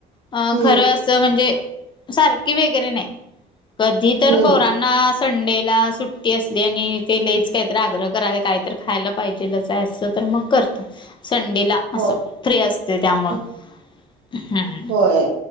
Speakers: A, on the left (about 30°); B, on the right (about 85°).
A: अं
B: हम्म,
A: खरं असं म्हणजे सारखी वेगैरे नाही कधी तर
B: हम्म,
A: पोराण ना संडे ला सुट्टी असली आणि ते लईच काहीतरी आग्रह कराले काय तर खायला पाहिजेलच आहे असं तर मग करतो संडेला. असं
B: होय,
A: फ्री असते त्यामुळं
B: हम्म.
A: <inaudible> हम्.
B: होय,